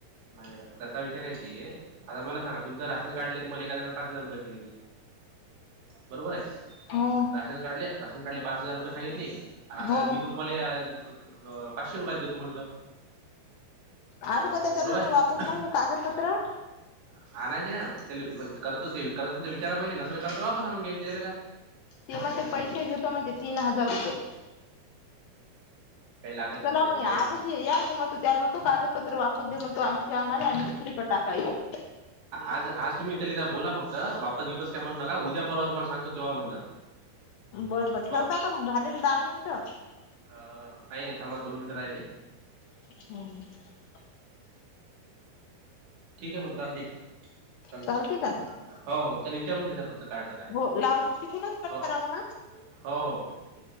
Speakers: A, on the right; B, on the left.
A: नाही तसा विषय नाहीते आता मला सांगा, तुमचं राशन कार्डला, तुम्हाला एखाद्याण पाच हजार रुपये सांगितले, बरोबर आहे.
B: हो
A: राशन कार्डले, राशन कार्डले पाच हजार रुपये सांगितले. आणि, आता
B: हो
A: मी तर तुम्हाला पाचशे रुपयात देतो मनलं.
B: आणु का त्याच्याकडून
A: बरोबर आहे
B: वापस मग मी कागदपत्र.
A: हा, आणायचे ना, करतो ते, करत विचारा पहिले, नसेल करत वापस आणून घ्यायचे, त्याला काय?
B: ती म्हणते, पैसे घेतो म्हणते तीन हजार रुपय.
A: काही लागत नाही
B: चला
A: तेवढी
B: मग,
A: काहीच
B: आजच
A: नाही
B: या हिंमत.... त्याला म्हणतो कागदपत्र वापस दे म्हणतो, आमची आम्हाला, आणि दुसरीकड टाका येऊन....
A: आज आज तुम्ही त्याला बोला फक्त, वापस बिपस काय म्हणून नका, उद्या परवा तुम्हाला सांगतो तेव्हा म्हण जा....
B: बरं बर, ठेवता
A: वापस.
B: का मग, झाली ना दहा मिनिटं.
A: अ, नाही आहे थाबा, दोन मिनिटं राहिले.
B: <inaudible>
A: ठीक आहे मग चालतय. चालतंय
B: चालते का
A: हो हो, त्याला विचारून घे जा फक्त काय अडचण हाय
B: हो लाव तिकूनच कट
A: हो..
B: करा मग हा.
A: हो हो हो. ठीक.